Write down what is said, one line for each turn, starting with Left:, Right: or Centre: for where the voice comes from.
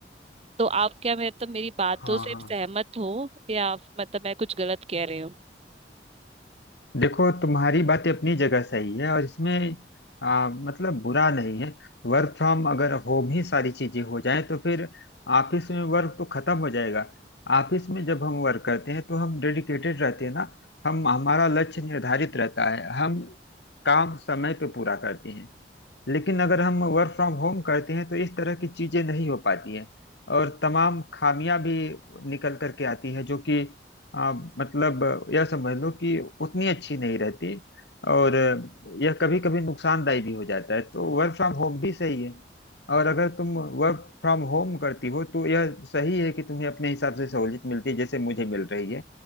Right: तो आप क्या मतलब मेरी बातों
Left: हाँ
Right: से
Left: हाँ
Right: सहमत हो या मतलब मैं कुछ गलत कह रही हूँ
Left: देखो तुम्हारी बातें अपनी जगह सही है और इसमें आ, मतलब बुरा नहीं है वर्क फ्रॉम अगर होम ही सारी चीजें हो जाएं तो फिर ऑफिस में वर्क तो खत्म हो जाएगा ऑफिस में जब हम वर्क करते हैं तो हम डेडिकेटेड रहते हैं ना हम हमारा लक्ष्य निर्धारित रहता है हम काम समय पे पूरा करते हैं लेकिन अगर हम वर्क फ्रॉम होम करते हैं तो इस तरह की चीजें नहीं हो पाती हैं और तमाम खामियां भी निकल करके आती हैं जो कि आ, मतलब यह समझ लो कि उतनी अच्छी नहीं रहती और यह कभी कभी नुकसानदायी भी हो जाता है तो वर्क फ्रॉम होम भी सही है और अगर तुम वर्क फ्रॉम होम करती हो तो यह सही है कि तुम्हें अपने हिसाब से सहूलियत मिलती है जैसे मुझे मिल रही है